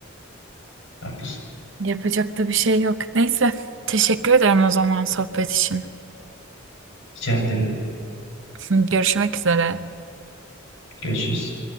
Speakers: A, on the left (about 80°); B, on the right (about 65°).
A: Haklısın.
B: yapacak da bir şey yok. Neyse teşekkür ederim o zaman sohbet için.
A: Rica ederim.
B: <laughs> Görüşmek üzere.
A: Görüşürüz.